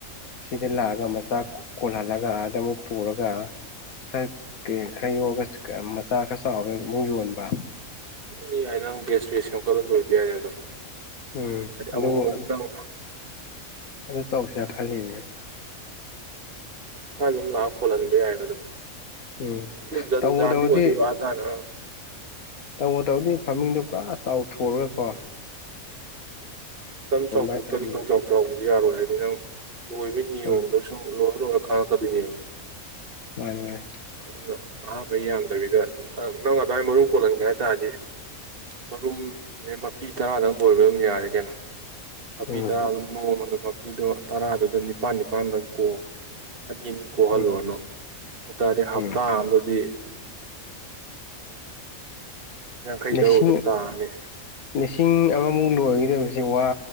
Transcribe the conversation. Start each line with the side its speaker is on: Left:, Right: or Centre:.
Left: ꯁꯤꯗ ꯂꯥꯛꯑꯒ ꯃꯆꯥ ꯀꯣꯜꯍꯜꯂꯒꯗ ꯑꯃꯨꯛ ꯄꯨꯔꯒ ꯈꯔ ꯈꯔ ꯌꯣꯛꯂꯒ ꯃꯆꯥ ꯈꯔ ꯆꯥꯎꯔꯒ ꯑꯃꯨꯛ ꯌꯣꯟꯕ
Right: ꯑꯗꯨꯗꯤ ꯌꯥꯏ ꯅꯪ ꯕꯦꯁ ꯕꯦꯁ ꯁꯦꯝꯒꯠꯂ ꯂꯣꯏꯕ ꯌꯥꯏꯅꯦ ꯑꯗꯨꯝ
Left: ꯎꯝ
Right: ꯍꯥꯏꯗꯤ
Left: ꯑꯗꯨ
Right: ꯑꯃꯨꯛ ꯑꯃꯨꯛꯛꯇꯪ
Left: ꯑꯗꯨ ꯇꯧꯁꯦꯥ ꯈꯜꯂꯤꯅꯦꯕ
Right: ꯎꯝ ꯁ꯭ꯋꯥꯏ ꯑꯗꯨꯝ ꯂꯥꯛ ꯈꯣꯜꯍꯟꯕ ꯌꯥꯏꯑꯕ ꯑꯗꯨꯝ
Left: ꯎꯝ
Right: ꯑꯗꯨ ꯑꯗꯨ
Left: ꯇꯧꯕꯨ
Right: ꯟꯖꯥꯗꯕꯗꯤ
Left: ꯇꯧꯔꯗꯤ
Right: ꯋꯥꯇꯥꯅ
Left: ꯇꯧꯕꯣ ꯇꯧꯗꯤ ꯐꯥꯃꯤꯡꯗꯨꯣ ꯄꯨꯔꯥ ꯆꯥꯎꯊꯣꯔꯒꯀꯣ
Right: ꯆꯥꯎꯊꯣꯛꯇꯔꯤ
Left: ꯍꯥꯏꯇꯥꯔꯦ ꯎꯝ
Right: ꯈꯪ ꯆꯥꯎ ꯆꯥꯎꯕꯗꯤ ꯌꯥꯔꯣꯏ ꯍꯥꯏꯗꯤ ꯅꯪ ꯂꯣꯏꯕ ꯅꯤꯌꯣꯝꯗ
Left: ꯎꯝ
Right: ꯁꯨꯝ ꯂꯣꯏꯔ ꯂꯣꯏꯔ ꯈꯪꯉꯛꯀꯗꯣꯏꯅꯦꯕ
Left: ꯃꯥꯅꯦ ꯃꯥꯅꯦ
Right: ꯑꯗꯨꯅ ꯑꯍꯥꯥꯟꯕ ꯌꯥꯝꯗꯕꯤꯗꯪ ꯅꯪ ꯑꯗꯨꯋꯥꯏ ꯃꯔꯨꯝ ꯀꯣꯜꯍꯟꯒꯦ ꯍꯥꯏ ꯇꯥꯔꯗꯤ ꯃꯔꯨꯝ ꯃꯄꯤ ꯇꯔꯥꯗꯪ ꯀꯣꯏꯕ ꯑꯗꯨꯝ ꯌꯥꯔꯦ ꯀꯩꯅꯣ ꯃꯄꯤ
Left: ꯎꯝ
Right: ꯇꯔꯥ ꯑꯗꯨꯝ ꯅꯣꯡꯃꯗ ꯃꯄꯤꯗꯣ ꯇꯔꯥꯗꯨꯗꯪ ꯅꯤꯄꯥꯜ ꯅꯤꯄꯥꯜꯗꯪ ꯀꯣꯛ ꯑꯅꯤ ꯑꯅꯤ ꯀꯣꯛꯍꯜꯂꯨꯔꯅꯨ
Left: ꯎꯝ
Right: ꯑꯗꯨ ꯇꯔꯗꯤ ꯍꯞꯇꯥ
Left: ꯎꯝ
Right: ꯑꯝꯗꯗꯤ ꯌꯥꯡꯈꯩ ꯇꯔꯨꯛ
Left: ꯁꯤꯡ
Right: ꯑꯗꯨꯝ ꯇꯥꯔꯅꯤ
Left: ꯂꯤꯁꯤꯡ ꯑꯃꯃꯨꯛ ꯂꯣꯏꯒꯗꯁꯦ ꯋꯥ